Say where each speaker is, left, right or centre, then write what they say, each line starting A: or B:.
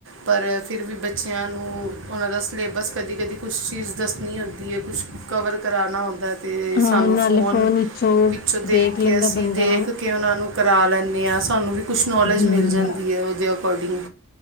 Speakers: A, on the right; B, on the left.
A: ਪਰ ਫਿਰ ਵੀ ਬੱਚਿਆਂ ਨੂੰ ਉਹਨਾਂ ਦਾ ਸਿਲੇਬਸ ਕਦੀ ਕਦੀ ਕੁਛ ਚੀਜ਼ ਦੱਸਣੀ ਹੁੰਦੀ ਏ ਕੁਛ ਕਵਰ ਕਰਾਣਾ ਹੁੰਦਾ ਤੇ
B: ਹਾਂ
A: ਸਾਨੂੰ
B: ਨਾਲੇ
A: ਫੋਨ
B: ਵਿੱਚੋਂ
A: ਵਿੱਚੋ ਦੇਖ
B: ਲੈਂਦਾ
A: ਕੇ ਅਸੀਂ
B: ਬੰਦਾ
A: ਦੇਖ ਕਿ ਉਹਨਾਂ ਨੂੰ ਕਰਾ ਲੈਂਨੇ ਆ ਸਾਨੂੰ ਵੀ ਕੁਛ ਨੌਲੇਜ
B: ਹੂੰ
A: ਮਿਲ ਜਾਂਦੀ ਏ ਉਹਦੇ ਅਕੋਡਿੰਗ